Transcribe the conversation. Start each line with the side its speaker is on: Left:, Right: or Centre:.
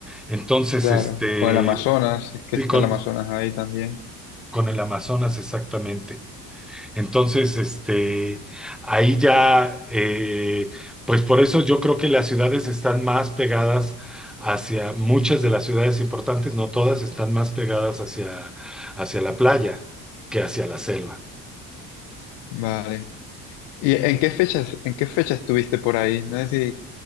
Centre: Entonces,
Left: Claro,
Centre: este,
Left: con el Amazonas, si es que
Centre: sí,
Left: está
Centre: con,
Left: el Amazonas ahí también.
Centre: con el Amazonas exactamente. Entonces, este, ahí ya, eh, pues por eso yo creo que las ciudades están más pegadas hacia, muchas de las ciudades importantes, no todas, están más pegadas hacia, hacia la playa que hacia la selva.
Left: Vale. ¿Y en qué fechas, en qué fecha estuviste por ahí? No sé si c-